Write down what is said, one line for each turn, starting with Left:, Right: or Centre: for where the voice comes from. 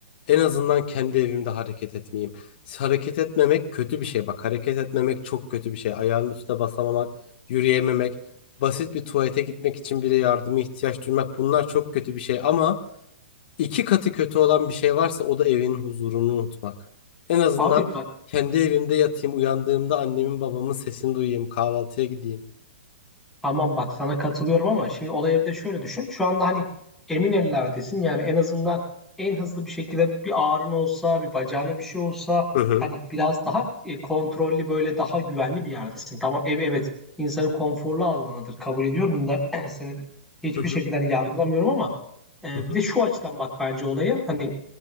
Left: en azından kendi evimde hareket etmeyeyim. Hareket etmemek kötü bir şey bak hareket etmemek çok kötü bir şey. Ayağının üstüne basamamak, yürüyememek, basit bir tuvalete gitmek için bile yardıma ihtiyaç duymak bunlar çok kötü bir şey ama İki katı kötü olan bir şey varsa o da evinin huzurunu unutmak. En azından
Centre: Abi bak
Left: kendi evimde yatayım, uyandığımda annemin babamın sesini duyayım, kahvaltıya gideyim.
Centre: Tamam bak sana katılıyorum ama şimdi olaya bir de şöyle düşün. Şu anda hani emin ellerdesin. Yani en azından en hızlı bir şekilde bir ağrın olsa, bir bacağına bir şey olsa
Left: Hı hı.
Centre: hani biraz daha e, kontrollü böyle daha güvenli bir yerdesin. Tamam ev evet insanın konforlu alanıdır kabul ediyorum da <clears throat> seni hiçbir
Left: Hı hı.
Centre: şekilde hani yargılamıyorum ama e,
Left: Hı hı.
Centre: bir de şu açıdan bak bence olaya. Hani